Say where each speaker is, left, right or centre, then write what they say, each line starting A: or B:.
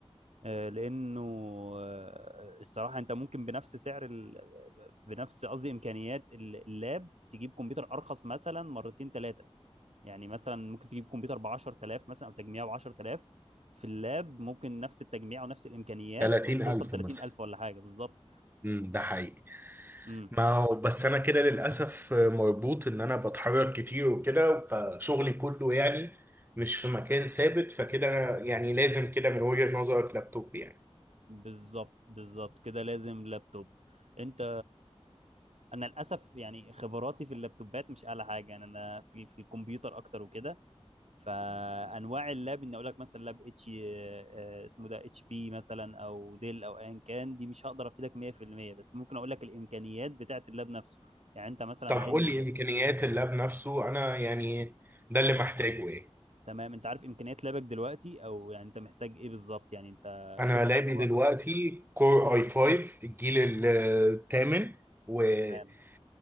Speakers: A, on the right; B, on the right.
A: آه، لانه آه، الصراحه انت ممكن بنفس سعر ال... بنفس قصدي امكانيات ال- اللاب تجيب كمبيوتر ارخص مثلا مرتين ثلاثه يعني مثلا ممكن تجيب كمبيوتر ب 10000 مثلا او تجميع ب 10000 في اللاب ممكن نفس التجميع ونفس الامكانيات
B: 30000
A: توصل 30000
B: مثلا
A: ولا حاجه بالظبط
B: مم، ده حقيقي
A: امم
B: ما هو بس انا كده للاسف مربوط ان انا بتحرك كتير وكده فشغلي كله يعني مش في مكان ثابت فكده أنا يعني لازم كده من وجهة نظرك لابتوب يعني
A: بالظبط بالظبط كده لازم لابتوب انت انا للاسف يعني خبراتي في اللابتوبات مش اعلى حاجه يعني انا في في الكمبيوتر اكتر وكده فانواع اللاب ان اقول لك مثلا لاب اتش اسمه ده اتش بي مثلا او ديل او ايا كان دي مش هقدر افيدك 100% بس ممكن اقول لك الامكانيات بتاعه اللاب نفسه يعني انت مثلا
B: طب
A: عايز
B: قول لي امكانيات اللاب نفسه انا يعني ده اللي محتاجه ايه
A: تمام انت عارف امكانيات لابك دلوقتي او يعني انت محتاج ايه بالظبط يعني انت
B: انا
A: شغلك
B: لعبي
A: عبارة
B: دلوقتي كور اي 5 الجيل الثامن وكارت
A: تمام